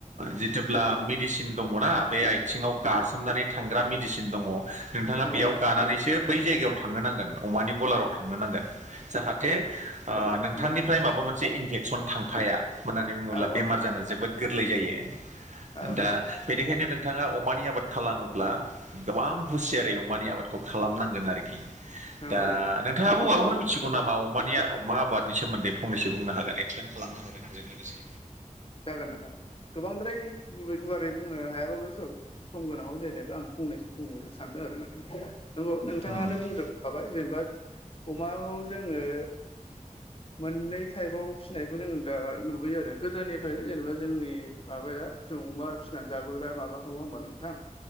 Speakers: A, on the right; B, on the left.
A: जिथुब्ला मेडिसिन दङना बे आइ थिङाव गासोमनानै थांग्रा मेडिसिन दङ नोंथाङा
B: नंगौ
A: बेयाव गानानैसो बै जायगायाव थांनो नांगोन अमानि गलाराव थांनो नांगोन जाहाथे ओ नोंथांनि
B: उम,
A: फ्राय माबा मोनसे इनफेकसन थांफाया मानो होननानै बुङोब्ला
B: औ
A: बेमार जानो जोबोद गोरलै जायो
B: औ
A: दा
B: औ
A: बेनिखायनो नों थाङा अमानि आबाद खालामोब्ला गोबां हुसियारै अमानि आबादखौ खालामनांगोन आरो खि
B: नंगौ
A: दा
B: नोंथां
A: नोंथाङाबो माबाफोर मिथिगौ नामा अमानि अमा आबादनि सोमोन्दै फंनैसो बुंनो हागोन
B: औ
A: एक्सप्लेन खालामनो हागोन आंजों लोगोसे
B: जागोन नाथा गोबांद्राय गुवारै बुंनो हायाबाबो स म गोनाङाव आं जेनेबा फंनैसो बुंनो सानदों आरो नोंथां नंगौ नोंथाङानो
A: उम
B: बुंजो खाबाय जेनेबा अमाखौ जोङो मोननै टाइपआव फिसिनायखौ जों दा नुबोयो आरो गोदोनि फ्रायनो जेनेबा जोंनि माबाया जों अमा फिनानै जाबोग्रा माबाखा नङा होमबा नोंथां